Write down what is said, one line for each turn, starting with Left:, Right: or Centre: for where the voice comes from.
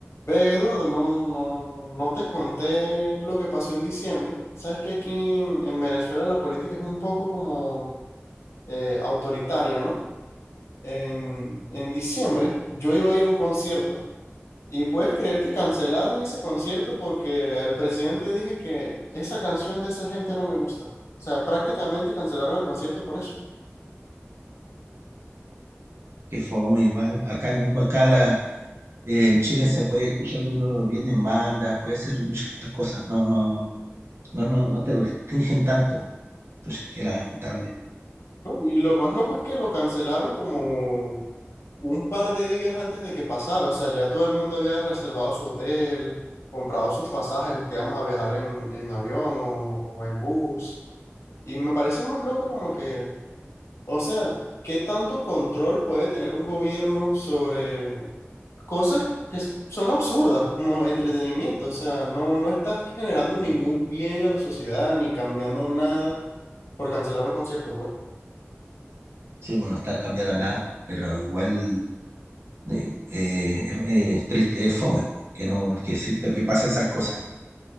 Left: Ve, Eduardo, no, no, no te conté lo que pasó en diciembre. Sabes que aquí en, en Venezuela la política es un poco como eh, autoritaria, ¿no? En, en diciembre yo iba a ir a un concierto y puedes creer que cancelaron ese concierto porque al presidente dije que esa canción de esa gente no me gusta. O sea, prácticamente cancelaron el concierto por eso,
Right: Que fome igual. Acá no, acá la, eh, en Chile se puede escuchar uno bien en banda, puede ser muchas cosas. No, no, no, no, no te restringen tanto. Pues es que lamentable.
Left: ¿no? Y lo más loco es que lo cancelaron como un par de días antes de que pasara, o sea, ya todo el mundo había reservado su hotel, comprado sus pasajes, los que íbamos a viajar en, en avión o, o en bus. Y me parece muy loco como que, o sea, ¿qué tanto control puede tener un gobierno sobre cosas que s- son absurdas, como entretenimiento? O sea, no, no estás generando ningún
Right: Mm.
Left: bien a la sociedad ni cambiando nada por cancelar un concierto, pues.
Right: Sí, bueno, no está cambiada nada, pero igual eh, eh, es es triste, es fome po, que no, que exista, que pasen esas cosas.